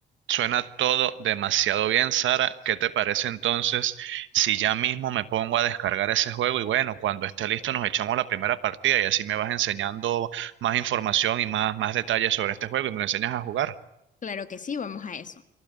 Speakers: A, on the right; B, on the left.
A: Suena todo demasiado bien, Sara. ¿Qué te parece entonces si ya mismo me pongo a descargar ese juego y bueno, cuando esté listo nos echamos la primera partida y así me vas enseñando más información y más, más detalles sobre este juego y me lo enseñas a jugar?
B: Claro que sí, vamos a eso.